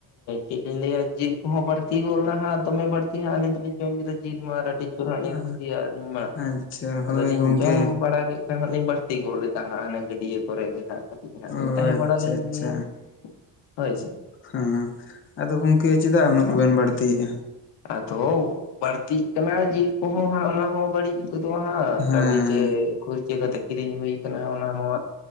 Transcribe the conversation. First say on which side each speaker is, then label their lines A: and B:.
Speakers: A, on the left; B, on the left.
A: ᱪᱮᱫ ᱤᱧ ᱞᱟᱹᱭᱟ ᱡᱤᱞ ᱠᱚᱦᱚᱸ ᱵᱟᱲᱛᱤ ᱜᱚᱫ ᱞᱮᱱᱟ ᱦᱟᱜ ᱫᱚᱢᱮ ᱵᱟᱲᱛᱤ ᱦᱟᱸᱜ ᱟᱞᱤᱧ ᱫᱚ ᱞᱤᱧ ᱡᱚᱢ ᱜᱮᱫᱚ ᱡᱤᱞ ᱢᱟ ᱟᱨ ᱟᱹᱰᱤ ᱡᱩᱨ ᱦᱟᱸᱜ
B: ᱦᱮᱸ
A: ᱞᱤᱧ ᱠᱩᱥᱤᱭᱟᱜ ᱟᱹᱞᱤᱧ ᱢᱟ
B: ᱟᱪᱪᱷᱟ ᱦᱳᱭ
A: ᱟᱫᱚᱞᱤᱧ
B: ᱜᱚᱝᱠᱮ
A: ᱡᱚᱢ ᱵᱟᱲᱟ ᱠᱮᱫ ᱠᱷᱟᱱ ᱦᱟᱸᱜ ᱞᱤᱧ ᱵᱟᱹᱲᱛᱤ ᱜᱚᱫ ᱞᱮᱫᱟ ᱦᱟᱸᱜ ᱚᱱᱮ ᱜᱟᱹᱰᱭᱟᱹ ᱠᱚᱨᱮᱜ ᱜᱮ ᱦᱟᱸᱜ
B: ᱚ
A: ᱛᱟᱦᱮᱸ
B: ᱟᱪᱪᱷᱟ
A: ᱵᱟᱲᱟ ᱞᱮᱱ
B: ᱟᱪᱪᱷᱟ
A: ᱜᱮᱭᱟ ᱦᱳᱭ ᱥᱮ
B: ᱦᱮᱸ ᱟᱫᱚ ᱜᱚᱝᱠᱮ ᱪᱮᱫᱟᱜ ᱩᱱᱟᱹᱜ ᱫᱚᱵᱮᱱ ᱵᱟᱹᱲᱛᱤᱭᱮᱜᱼᱟ?
A: ᱟᱫᱚ ᱵᱟᱹᱲᱛᱤᱜ ᱠᱟᱱᱟ ᱡᱤᱞ ᱠᱚᱦᱚᱸ ᱦᱟᱸᱜ ᱚᱱᱟ ᱦᱚᱸ ᱵᱟᱹᱲᱤᱡ
B: ᱦᱮᱸ
A: ᱠᱟᱹᱣᱰᱤ ᱛᱮ ᱠᱷᱩᱨᱪᱟᱹ ᱠᱟᱛᱮ ᱠᱤᱨᱤᱧ ᱦᱩᱭ ᱠᱟᱱᱟ ᱚᱱᱟ ᱦᱚᱸ